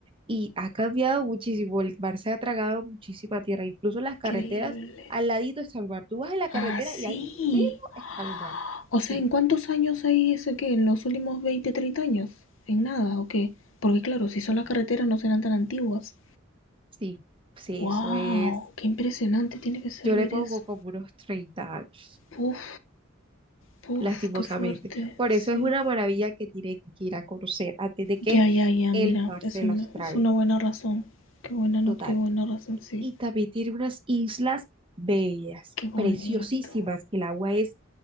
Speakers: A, on the right; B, on the left.
A: y ha cambiado muchísimo. El mar se ha tragado muchísima tierra, incluso las carreteras,
B: Increíble.
A: al ladito está el mar. Tú vas en la carretera
B: Ah, sí.
A: y ahí mismo está el mar.
B: O
A: Sí,
B: sea, ¿en cuántos años hay ese qué? ¿En los últimos 20, 30 años? ¿En nada o qué? Porque claro, si
A: sí,
B: son las carreteras no serán tan antiguas.
A: sí, sí,
B: ¡Wow!
A: eso es.
B: ¡Qué impresionante tiene que ser
A: Yo
B: ver
A: le pongo
B: eso!
A: como unos 30 años,
B: ¡Puf! ¡Puf!
A: lastimosamente.
B: ¡Qué fuerte!
A: Por
B: Sí.
A: eso es una maravilla que tienen que ir a conocer antes de que
B: Ya, ya, ya,
A: el
B: mira,
A: mar
B: eso
A: se las
B: me-
A: trague.
B: es una buena razón. Qué buena not,
A: Total.
B: qué buena razón, sí.
A: y también tiene unas islas bellas,
B: Qué bonito,
A: preciosísimas. El agua es